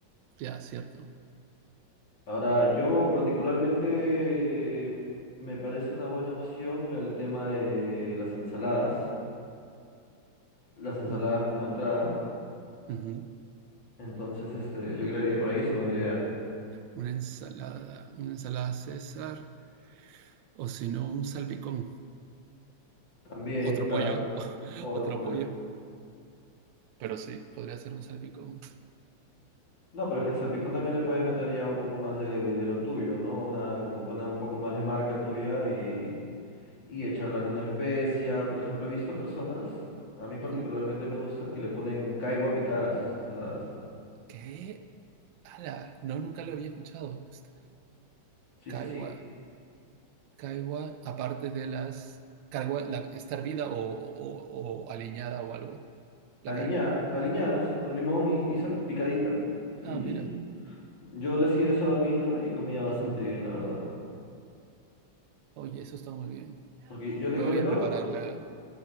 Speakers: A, on the right; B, on the left.
A: ya, cierto.
B: Ahora, yo particularmente me parece una buena opción el tema de las ensaladas. Las ensaladas
A: Ujú,
B: como entrada.
A: ujú.
B: Entonces, este, yo creería por ahí es una buena idea.
A: Una ensalada, una ensalada César, o si no, un salpicón.
B: También,
A: Otro
B: claro,
A: pollo, <laughs>
B: otro
A: otro
B: pollo.
A: pollo. Pero sí, podría ser un salpicón.
B: No, pero es que el salpicón también le puedes meter ya un poco más de, de lo tuyo, ¿no? Una, como que una un poco más de marca tuya y, y echarle alguna especia. Por ejemplo, he visto personas, a mí particularmente
A: Ujú.
B: me gusta, que le ponen caigua picada a sus ensaladas.
A: ¿Qué? ¡Hala! No, nunca lo había escuchado. Est-
B: Sí,
A: Caigua,
B: sí, sí.
A: caigua, aparte de las... Caigua, la, ¿está hervida o, o, o aliñada o algo? ¿La
B: Aliñada,
A: caigua?
B: aliñada, así, con limón y, y sal, picadita, y
A: Ah,
B: listo.
A: mira.
B: Yo le hacía eso a mi hija y comía bastante
A: Ujú.
B: bien, la verdad.
A: Oye, eso está muy bien.
B: Porque yo te
A: Me
B: cuento,
A: voy a prepararla.